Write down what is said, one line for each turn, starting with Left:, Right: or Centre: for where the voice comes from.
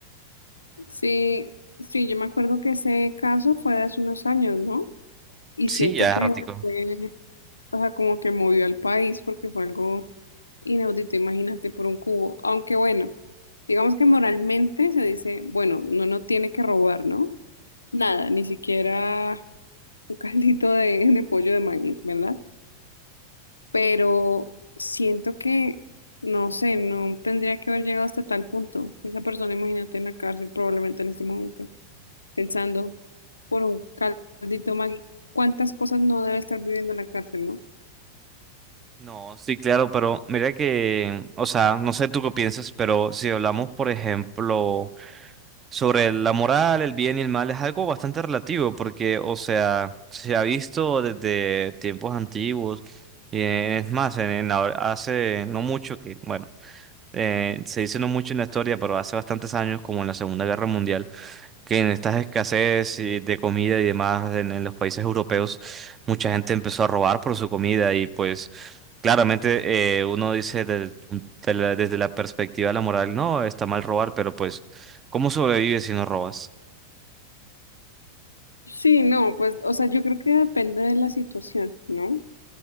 Left: Sí, sí, yo me acuerdo que ese caso fue de hace unos años, ¿no? Y
Right: Sí,
Left: siento
Right: ya
Left: que
Right: es ratico.
Left: fue, o sea, como que movió al país porque fue algo inaudito, imagínate, por un cubo. Aunque bueno, digamos que moralmente se dice, bueno, no, no tiene que robar, ¿no? Nada, ni siquiera un <laughs> caldito de, de pollo de maíz, ¿verdad? pero siento que, no sé, no tendría que haber llegado hasta tal punto. Esa persona, imagínate, en la cárcel probablemente en este momento, pensando por un caldito Maggi, cuántas cosas no debe estar viviendo en la cárcel, ¿no?
Right: No, sí, claro, pero mira que, o sea, no sé tú qué piensas, pero si hablamos, por ejemplo, sobre la moral, el bien y el mal, es algo bastante relativo, porque, o sea, se ha visto desde tiempos antiguos, y eh, es más, en, en la- hace no mucho que, bueno, eh, se dice no mucho en la historia, pero hace bastantes años, como en la Segunda Guerra Mundial que en estas escasez y de comida y demás en, en los países europeos, mucha gente empezó a robar por su comida y pues claramente eh, uno dice del- de la- desde la perspectiva de la moral, no, está mal robar, pero pues, ¿cómo sobrevives si no robas?
Left: Sí, no, pues, o sea, yo creo que depende de la situación, ¿no?